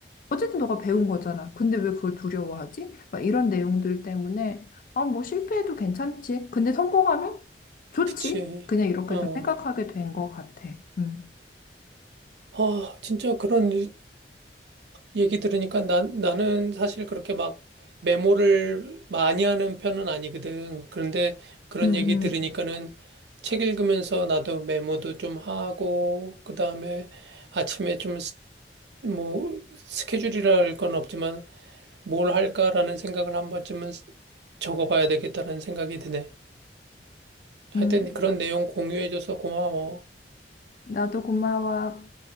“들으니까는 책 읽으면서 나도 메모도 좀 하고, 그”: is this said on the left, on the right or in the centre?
Right